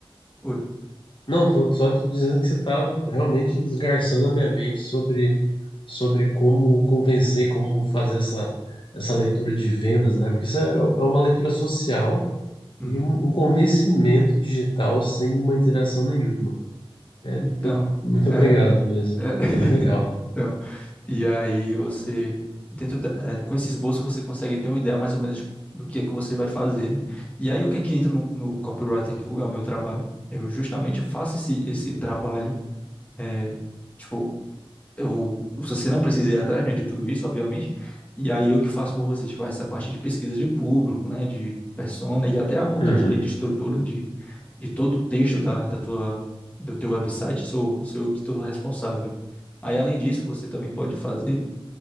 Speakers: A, on the left; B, on the left.
A: Oi.
B: Não, tô só te dizendo que você tá realmente desgarçando a minha mente sobre, sobre como convencer, como fazer essa, essa leitura de vendas, né? Porque isso é é uma leitura social
A: Uhum.
B: E um, um convencimento digital sem uma interação nenhuma. É,
A: Então,
B: p- muito obrigado
A: é,
B: mesmo.
A: é, <laughs>
B: Tá bem legal.
A: então, e aí você, dentro da- é, com esse esboço você consegue ter uma ideia mais ou menos de do que é que você vai fazer, né? E aí o que é que entra no, no copywriter que o- é o meu trabalho? Eu justamente faço esse, esse trabalho, é, tipo, eu, você não precisa ir atrás, né, de tudo isso, obviamente. E aí eu que faço por você, tipo, essa parte de pesquisa de público, né, de persona e até a montagem
B: Uhum.
A: ali de estrutura de, de todo o texto da, da tua, do teu website, sou, sou eu que estou responsável. Aí, além disso, você também pode fazer.